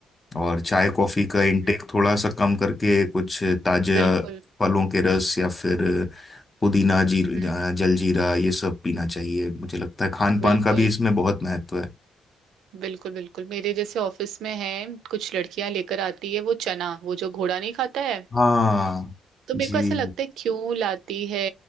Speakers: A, on the left; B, on the right.
A: और चाय कॉफी का
B: हम्म,
A: इनटेक थोड़ा सा कम करके कुछ ताजा
B: बिल्कुल
A: फलों के रस या फिर पुदीना जी
B: हम्म
A: अ, जलजीरा ये सब पीना चाहिए मुझे लगता है खान पान
B: बिल्कुल
A: का भी इसमें बहुत महत्व है
B: बिल्कुल बिल्कुल मेरे जैसे ऑफिस में है कुछ लड़कियां लेकर आती है वो चना वो जो घोड़ा नहीं खाता है
A: हाँ
B: तो मेरे
A: जी
B: को ऐसा लगता है क्यों लाती है